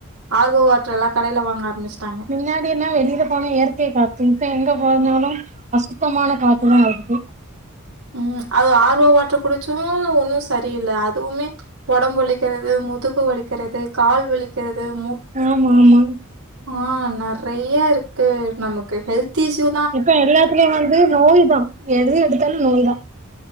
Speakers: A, on the right (about 70°); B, on the right (about 35°).
A: ஆர் ‌ஓ வாட்டர் எல்லா கடையில வாங்க ஆரம்பிச்சிட்டாங்க
B: முன்னாடி எல்லா வெளியில போனா இயற்கை காத்து இப்ப எங்க போனாலு அசுத்தமான காத்துதான் இருக்கு
A: உம் அது ஆர் ஓ வாட்டர் குடிச்சு ஒன்னும் சரியில்ல அதுவுமே ஒடம்பு வலிக்கிறது முதுகு வலிக்கிறது கால் வலிக்கிறது மூ
B: ஆமா ஆமா
A: ஆ நெறையா இருக்கு நமக்கு ஹெல்த் இஸ்யூ
B: இப்ப எல்லாத்துலயு வந்து நோய் தான் எது எடுத்தாலு நோய் தா